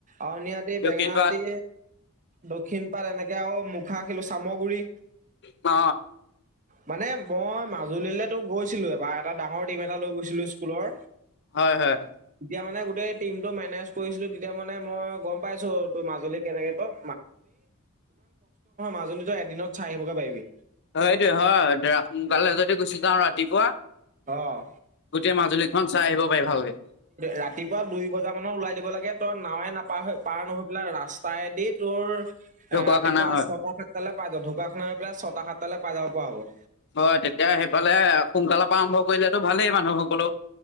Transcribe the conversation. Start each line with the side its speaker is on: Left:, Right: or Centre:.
Right: আউণিয়াতি
Left: দক্ষিণপাট
Right: বেঙেনাতি দক্ষিণ পাৰ এনেকে আৰু মুখা খেলো চামগুৰি
Left: অ
Right: মানে মই মাজুলীলেতো গৈছিলো এবাৰ এটা ডাঙৰ টিম এটা লৈ গৈছিলা স্কুলৰ
Left: হয় হয়
Right: তেতিয়া মানে গোট - তেই টিমটো মেনেজ কৰিছিলো তেতিয়া মানে মই গম পাইছো তোৰ মাজুলী কেনেকে কম মাজুলীতো এদিনত চাই আহিবগে পাৰিবি
Left: হয় এইটো হয় তেৰা সোনকালে যদি গুচি যাওঁ ৰাতিপুৱা
Right: অ
Left: গোটেই মাজুলীখন চাই আহিব পাৰি ভালকে
Right: ৰাতিপুৱা দুই বজা মানৰ ওলাই দিব লাগে তই নাৱে নাপাহ পাৰ নহৈ পেলাই ৰাস্তা তাইদি তোৰ ৰাতিপুৱা
Left: ঢকুৱাখানা হয়
Right: ছটা সাতটালে পাই জ ঢকোৱাখান পৰা ছটা সাতটালে পাই যাব পৰা হ'ব
Left: হয় তেতিয়া সেইফালে সোনকালৰ পৰা আৰম্ভ কৰিলেতো ভালেই মানুহসকলো